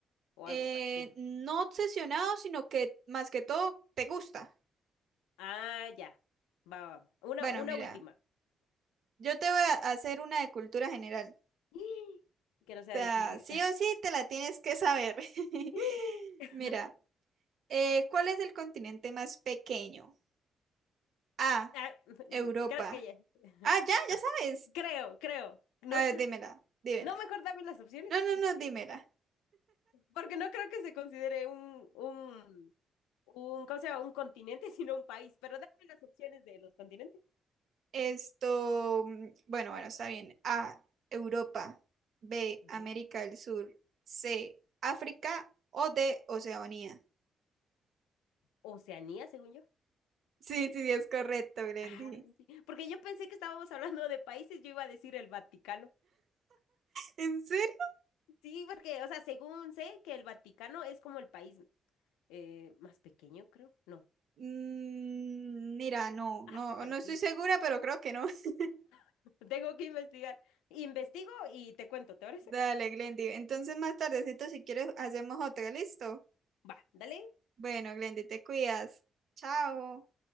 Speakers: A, on the left; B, on the right.
A: O
B: eh,
A: algo parecido.
B: no obsesionado, sino que más que todo te gusta.
A: Ah, ya. Va, va, va. Una,
B: Bueno,
A: una
B: mira,
A: última.
B: yo te voy a hacer una de cultura general.
A: <gasps> Que no sea
B: O
A: difícil.
B: sea, sí o sí te la tienes que saber. <laughs>
A: <laughs>
B: Mira, eh, ¿cuál es el continente más pequeño? A,
A: Ah, <laughs>
B: Europa.
A: creo que ya. <laughs>
B: Ah, ya, ya
A: Ah,
B: sabes.
A: creo, creo. No
B: A ver,
A: creo
B: dímela,
A: que.
B: dímela.
A: No, mejor dame las opciones.
B: No, no,
A: Porque,
B: no, dímela.
A: porque no creo que se considere un, un, un, ¿cómo se llama? Un continente, <laughs> sino un país. Pero dame las opciones de los continentes.
B: Esto, mm, bueno, bueno, está bien. A, Europa. B,
A: Ujú.
B: América del Sur. C, África o D, Oceanía.
A: Oceanía, según yo.
B: Sí, sí, sí, es correcto, Glendy.
A: Ah, sí, Porque yo pensé que estábamos hablando de países, yo iba a decir el Vaticano.
B: ¿En serio?
A: Sí, porque, o sea, según sé que el Vaticano es como el país eh, más pequeño, creo. No,
B: Mm, mira, no,
A: algo
B: no,
A: parecido.
B: no estoy segura, pero creo que no. <laughs>
A: <laughs> Tengo que investigar. Investigo y te cuento, ¿te parece?
B: Dale, Glendy. Entonces más tardecito, si quieres, hacemos otra, ¿listo?
A: Va, dale.
B: Bueno, Glendy, te cuidas. Chao.